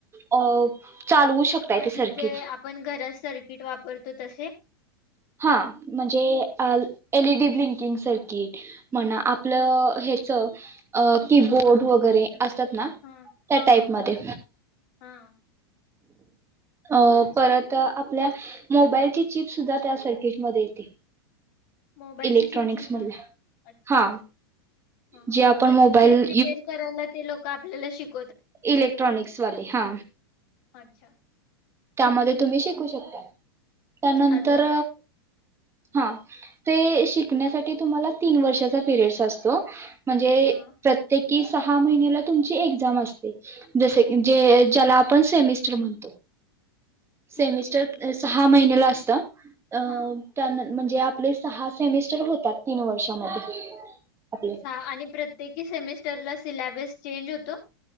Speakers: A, on the right (about 20°); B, on the left (about 55°).
A: अ चालवू शकताय
B: म्हणजे
A: ते सर्किट
B: जे आपण घरात सर्किट वापरतो. तसे?
A: हा म्हणजे एलईडी ब्लिंकिंग सर्किट, म्हणा आपलं हेच कीबोर्ड वगैरे असतात. ना त्या
B: हा हा
A: टाईपमध्ये.
B: हा हा
A: अ
B: अच्छा
A: परत आपल्या मोबाईल ची चिप सुद्धा सर्कीटमध्ये येते.
B: मोबाईलची
A: इलेक्ट्रॉनिक्स
B: चिप्ससुधा
A: मधल्या
B: अच्छा,
A: हा
B: हा हा
A: जे आपण
B: म्हणजे
A: मोबाईल
B: ते प्रिपेर करायला. ते लोक आप आपल्याला शिक
A: इलेक्ट्रनिक्सवाले हा.
B: अच्छा
A: त्यामध्ये तुम्ही शि शिकु शकताय. त्यानंतर
B: अजून काय
A: हा ते शिकण्यासाठी तुम्हाला तीन वर्षाचा पिरियड्स असतो. म्हणजे
B: हा
A: प्रत्येक कि सहा महिन्याला तुमची एक्झाम अस जसे जे ज्याला आपण सेमिस्टर म्हणतो.
B: ठीक
A: सेमिस्टर
B: आहे
A: सहा महिन्याला असत अ
B: हा
A: त्यान म्हणजे आपले सहा सेमिस्टर होतात तीन वर्षामध्ये. आपले
B: सा आणि प्रत्येकी सेमेस्टरला सिल्याबस चेंज होतो?